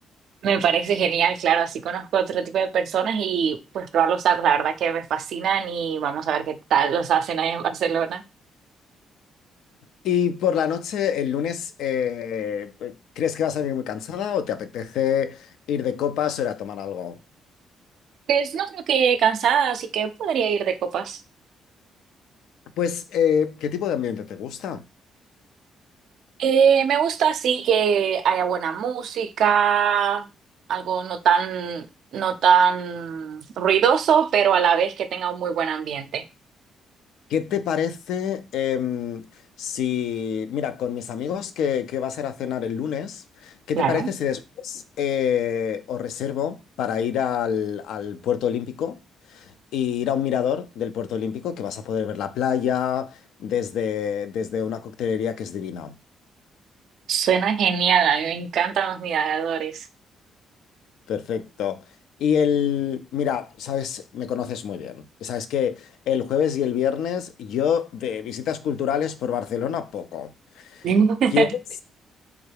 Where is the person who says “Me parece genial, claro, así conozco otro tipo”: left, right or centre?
Right